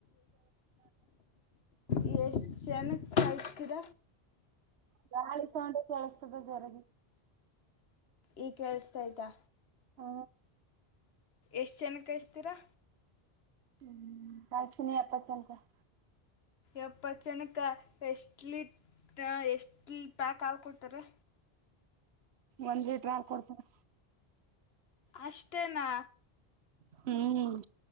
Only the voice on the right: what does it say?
ಗಾಳಿ ಸೊಂಡ ಕೆಲಸತದ ಜರಗೆ
ಹಾ
ಹ್ಮ್ ಕಾಯತಿನಿ ಎಪ್ಪತ್ಲ್ಕಟ್
ಒಂದು ಲೀಟರ್ ಹಾಲು ಕೊಡ್ತಾರೆ.
ಹ್ಮ್